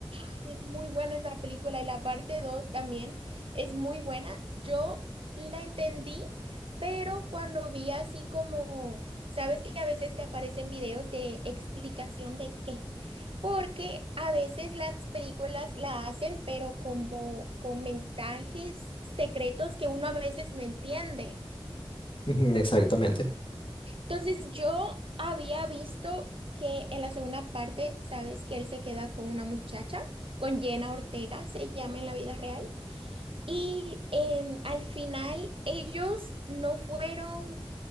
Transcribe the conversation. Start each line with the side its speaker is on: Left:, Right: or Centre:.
Right: Ay, es muy buena esa película y la parte 2 también es muy buena. Yo la entendí, pero cuando vi así como, sabes que a veces te aparecen videos de explicación de qué, porque a veces las películas la hacen, pero como con mensajes secretos que uno a veces no entiende.
Left: <laughs> Ujú, Exactamente.
Right: Entonces yo había visto que en la segunda parte, sabes que él se queda con una muchacha, con Jenna Ortega, se llama en la vida real, y em, al final ellos no fueron,